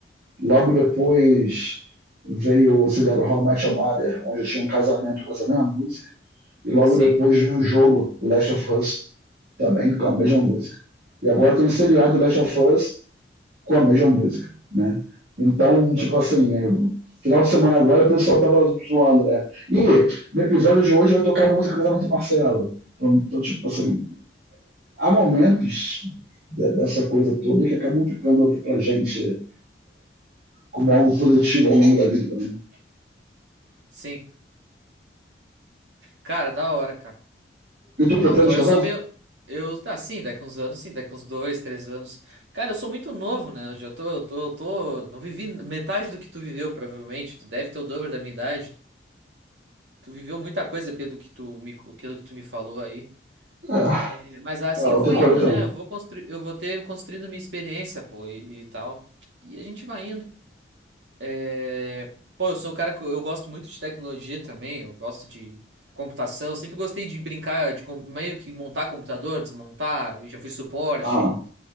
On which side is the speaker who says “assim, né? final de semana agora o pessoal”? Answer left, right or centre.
Right